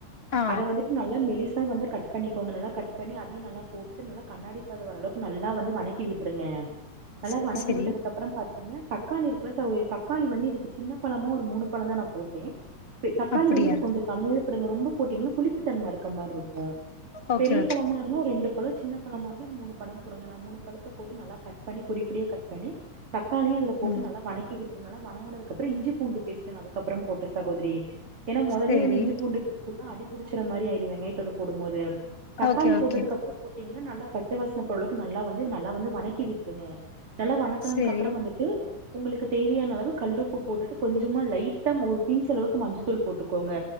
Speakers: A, on the left (about 30°); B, on the right (about 50°).
A: ஆ
B: அத வந்துட்டு நல்லா மெலிசா வந்து கட் பண்ணிக்கோங்க நல்லா கட் பண்ணி அதையு நல்லா போட்டுட்டு நல்லா கண்ணாடிப்பத வரளவுக்கு நல்லா வந்து வநக்கி விட்ருங்க நல்லா
A: செரி
B: வநக்கி
A: செரி
B: விட்டதுக்கப்பறம் பாத்தீங்கன்னா தக்காளி இருக்குல சகோதரி தக்காளி வந்து இதுக்கு சின்ன பழமோ ஒரு மூனு பழந்தா நா போட்டே ப் தக்காளி
A: அப்படியா
B: வந்து கொஞ்ச கம்மியாவே போடுங்க ரொம்ப போட்டீங்கன்னா புளிப்புதன்ம இருக்க மார்ருக்கு
A: ஓகே
B: பெரிய
A: ஓகே
B: பழமாருந்தா ஒரு ரெண்டு பழோ சின்ன பழமாருந்தா ஒரு மூணு பழம் கொடுங்க நா மூனு பழத்த போட்டு நல்லா கட் பண்ணி பொடி பொடியா கட் பண்ணி தக்காளியு அதுல போட்டு
A: ம்
B: நல்லா வநக்கி விட்டுட்டு நல்லா வநங்குனதுக்கப்ரோ இஞ்சி பூண்டு பேஸ்ட் நல் அதுக்கப்ரோ போட்ட சகோதரி ஏன்னா மொதலே
A: செரி
B: வந்து இஞ்சி பூண்டு பேஸ்ட் போட்டா அடிபுடுச்சற மாரி ஆயிரு வெங்காயத்தோட போடும் போது தக்காளி
A: ஓகே ஓகே
B: போட்டதுகப்புற போட்டீங் வந்து நல்லா பச்சவாஸ்ன போரளவுக்கு நல்லா வந்து நல்லா வந்து வநக்கி விட்ருங்க நல்லா வநக்குனதுக்
A: செரி
B: கப் அப்பறோ வந்துட்டு உங்களுக்கு தேவையான அளவு கல்லுப்பு போட்டுட்டு கொஞ்சமா லைட்டாம் ஒரு பிஞ்ச் அளவுக்கு மஞ்சத்தூள் போட்டுக்கோங்க